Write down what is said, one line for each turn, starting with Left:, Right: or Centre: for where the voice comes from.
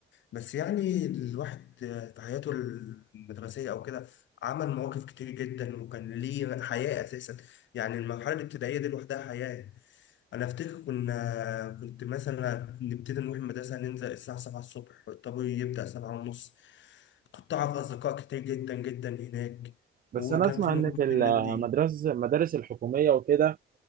Left: بس يعني الواحد في حياته المدرسية أو كده عمل مواقف كتير جدا وكان ليه حياة أساسا يعني المرحلة الابتدائية دي لوحدها حياة أنا أفتكر كنا كنت مثلا نبتدي نروح المدرسة ننزل الساعة سبعة الصبح والطابور يبدأ سبعة ونص كنت أعرف أصدقاء كتير جدا جدا هناك
Right: بس
Left: وكان
Right: أنا أسمع
Left: في
Right: إن
Left: مواقف
Right: في
Left: بينا
Right: المدرسة
Left: كتير
Right: المدارس الحكومية وكده